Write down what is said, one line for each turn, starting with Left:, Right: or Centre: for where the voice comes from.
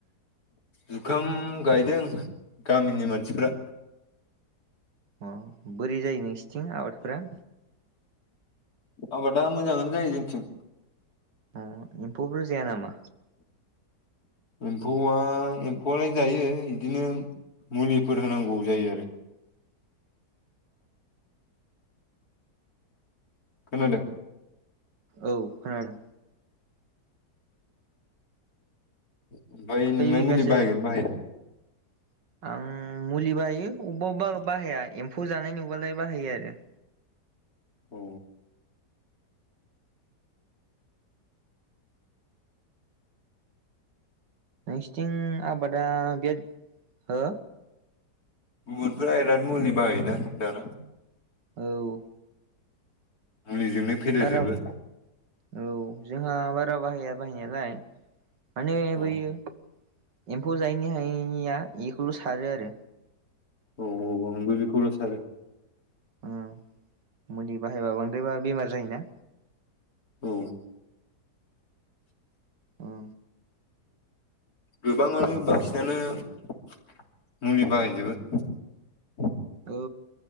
Left: जुखाम गायदों गामिनि मानसिफ्रा
Right: अ बोरै जायो नोंसिनिथिं आबादफोरा
Left: आबादा मोजाङानो जायो जोंथिं
Right: अ एम्फौफोर जाया नामा?
Left: एमफौआ एमफौआलाय जायो बिदिनो मुलिफोर होनांगौ जायो आरो
Right: <inaudible>
Left: खोनादों
Right: औ खोनादों।
Left: ओमफ्राय
Right: खै
Left: नोंलाय
Right: बिगासो
Left: मुलि बाहायगोनना बाहाया
Right: <inaudible> आं मुलि बाहायो अबेबा अबबा बाहाया एमफौ जानाय नुबालाय बाहायो आरो
Left: औ
Right: नोंसिथिं आबादा बिराद हो
Left: गुबुनफोरा बिराद मुलि बाहायोना दाना
Right: औ
Left: मुलिजोंनो फेदेरजोबो
Right: बारा औ जोंहा बारा बाहाया बाहायनायालाय माने
Left: औ
Right: बैयो एमफौ जायैनि हायैनिया बेखौल' सारो आरो
Left: औ औ आंबो बेखौनो सारो
Right: उ मुलि बाहायबा बांद्रायबा बेमार जायोना
Left: औ
Right: औ
Left: गोबाङानो बासिंनानो मुलि बाहायजोबो
Right: औ